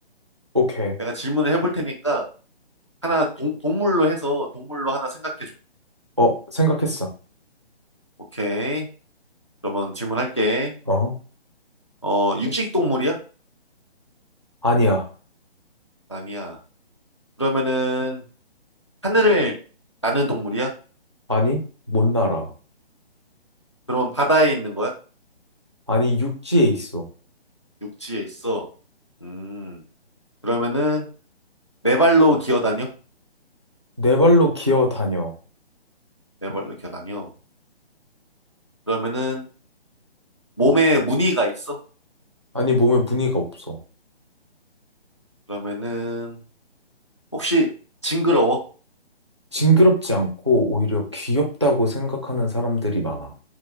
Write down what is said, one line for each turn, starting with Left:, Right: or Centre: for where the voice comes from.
Right: 오케이.
Left: 내가 질문을 해볼 테니까, 하나 동, 동물로 해서 동물로 하나 생각해줘.
Right: 어, 생각했어.
Left: 오케이. 그러면 질문할게.
Right: 어?
Left: 어, 육식 동물이야?
Right: 아니야.
Left: 아니야. 그러면은, 하늘을 나는 동물이야?
Right: 아니, 못 날아.
Left: 그러면 바다에 있는 거야?
Right: 아니, 육지에 있어.
Left: 육지에 있어. 음, 그러면은, 네 발로 기어다녀?
Right: 네 발로 기어 다녀.
Left: 네 발로 기어다녀. 그러면은 몸에 무늬가 있어?
Right: 아니, 몸에 무늬가 없어.
Left: 그러면은 혹시 징그러워?
Right: 징그럽지 않고 오히려 귀엽다고 생각하는 사람들이 많아.